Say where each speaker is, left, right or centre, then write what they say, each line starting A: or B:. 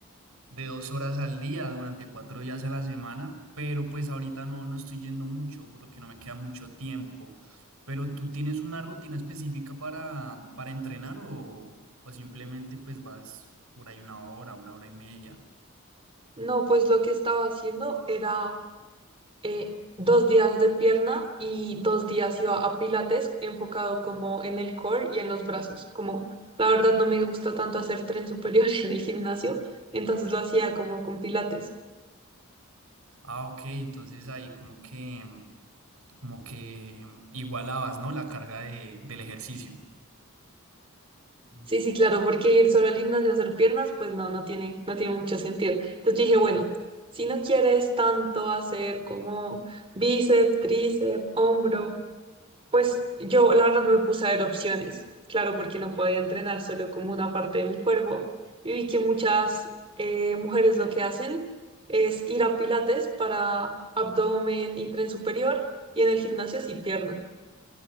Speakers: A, on the right (about 85°); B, on the right (about 25°).
A: de dos horas al día durante cuatro días a la semana, pero pues ahorita no, no estoy yendo mucho, por lo que no me queda mucho tiempo. Pero tú tienes una rutina específica para, para entrenar o, o simplemente pues vas por ahí una hora, una hora y media.
B: No, pues lo que estaba haciendo era eh, dos días de pierna y dos días iba a pilates enfocado como en el core y en los brazos. Como la verdad no me gusta tanto hacer tren superior <laughs> en el gimnasio, entonces lo hacía como con pilates.
A: Ah, ok, entonces ahí como que, como que igualabas, ¿no? La carga de, del ejercicio.
B: Sí, sí, claro, porque ir solo al gimnasio a hacer piernas, pues no, no tiene, no tiene mucho sentido. Entonces yo dije, bueno, si no quieres tanto hacer como bíceps, tríceps, hombro, Pues yo, la verdad, me puse a ver opciones, claro, porque no podía entrenar solo como una parte de mi cuerpo. Y vi que muchas eh, mujeres lo que hacen es ir a pilates para abdomen y tren superior, y en el gimnasio sí pierna.